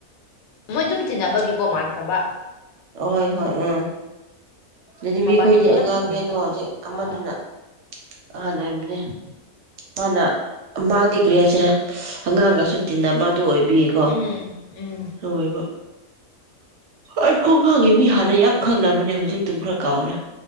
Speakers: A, on the left; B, on the right.
A: ꯃꯣꯏ ꯗꯨꯝ ꯇꯤꯟꯅꯕꯒꯤꯒꯣ ꯃꯥꯟꯈ꯭ꯔꯕ
B: ꯍꯣꯏ-ꯍꯣꯏ ꯎꯝ ꯗꯤꯅꯤꯕꯤ
A: ꯃꯕꯥꯅꯤꯗꯣ
B: ꯈꯣꯏꯗꯤ ꯑꯉꯥꯡꯅꯦ
A: ꯌꯥꯝ ꯇꯤꯟꯅꯈ꯭ꯔꯕ
B: ꯑꯗꯣ ꯍꯧꯖꯤꯛ ꯑꯃꯗꯨꯅ
A: ꯑ
B: ꯑꯍꯥ ꯅꯦꯝꯅꯦ ꯃꯅꯥ ꯃꯥꯗꯤ ꯀ꯭ꯔꯤ ꯍꯥꯏꯁꯤꯔ ꯑꯉꯥꯡꯒꯁꯨ ꯇꯤꯟꯅꯕ ꯑꯗꯨ ꯑꯣꯏꯕꯤꯌꯦꯀꯣ
A: ꯎꯝ ꯎꯝ
B: ꯅꯣꯏꯕ ꯍꯥꯌ ꯑꯩ ꯈꯣꯡ ꯈꯥꯡꯉꯤ ꯃꯤ ꯍꯥꯟꯅ ꯌꯥꯝ ꯈꯪꯅꯕꯅꯦ ꯍꯧꯖꯤꯛꯇꯤ ꯇꯤꯝ ꯈꯔ ꯀꯥꯎꯔꯦ